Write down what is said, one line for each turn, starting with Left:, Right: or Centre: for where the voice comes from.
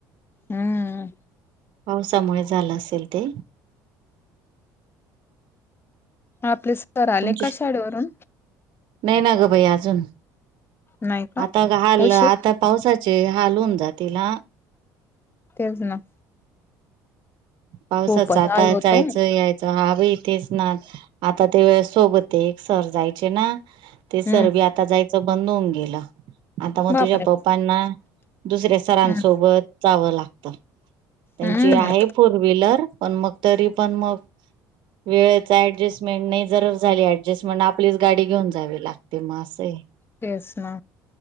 Left: हम्म.
Right: पावसामुळे झालं असेल ते.
Left: आपले सर आले
Right: तुमची
Left: का शाळेवरून.
Right: नाही ना ग बाई अजून
Left: नाही का
Right: आता घललं
Left: उशीर
Right: आता पावसाचे हाल होवून जातेला.
Left: तेच ना.
Right: पावसाच
Left: खूपच
Right: आता
Left: आलो होतो
Right: जायचं याय च. हा बाई तेच ना. आता ते वेळेस सोबते एक सर जायचे ना
Left: हम्म
Right: ते सरबी आता जायचं बंद होऊन गेलं. आता म
Left: बापरे
Right: तुझ्या पप्पांना दुसऱ्या सरांसोबत
Left: हम्म
Right: जावं लागत. त्यांची
Left: हम्म
Right: आहे मोटर. पण मग, तरी पण मग. वेळेच ऍडजस्टमेंट, नाही जर झाली ऍडजस्टमेंट आपलीच गाडी घेऊन जावी लागते म असये.
Left: तेस ना.